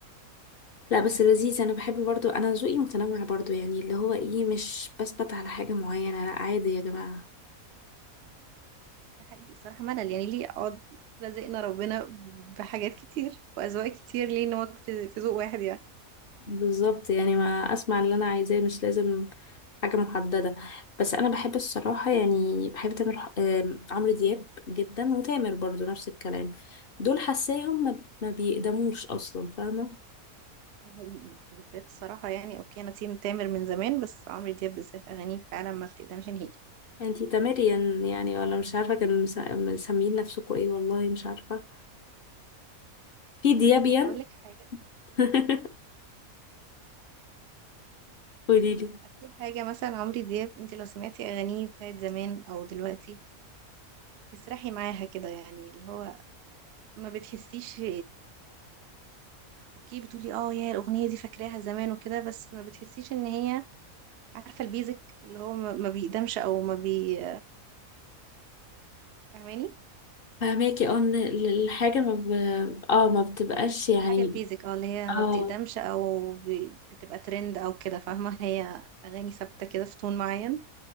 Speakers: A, on the left; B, on the right.
A: لا بس لذيذ انا بحب برضو انا ذوقي متنوع برضو يعني اللي هو ايه مش بثبت على حاجة معينة لا عادي يا جماعة
B: ده حقيقي صراحة ملل يعني ليه أقعد رزقنا ربنا بحاجات كتير وأذواق كتير ليه نقعد في في ذوق واحد يعني
A: بالظبط يعني ما اسمع اللي انا عايزاه مش لازم حاجه محدده بس انا بحب الصراحه يعني بحب تامر ح- آم، عمرو دياب جدا وتامر برضو نفس الكلام دول حاساهم ما ما بيقدموش اصلا فاهمه
B: ده حقيقي وبالذات الصراحة يعني أوكي أنا تيم تامر من زمان بس عمرو دياب بالذات أغانيه فعلا ما بتقدمش نهيجي
A: انتي تامريان يعني ولا مش عارفه كانوا مس- مسميين نفسكوا ايه والله مش عارفه في ديابيان
B: بس أقول لك حاجة
A: <laughs> قوليلي
B: في حاجة مثلا عمرو دياب أنت لو سمعتي أغانيه بتاعت زمان أو دلوقتي تسرحي معاها كده يعني اللي هو ما بتحسيش اوكي بتقولي اه يا الاغنيه دي فاكراها زمان وكده بس ما بتحسيش ان هي عارفه البيزك اللي هو ما ما بيقدمش او ما بي فاهماني
A: فهماكي اه ان ال- الحاجه ما ب... اه ما بتبقاش يعني
B: حاجه البيزك اه اللي هي
A: اه
B: ما بتقدمش او ب- بتبقى ترند او كده فاهمه هي اغاني ثابته كده في تون معين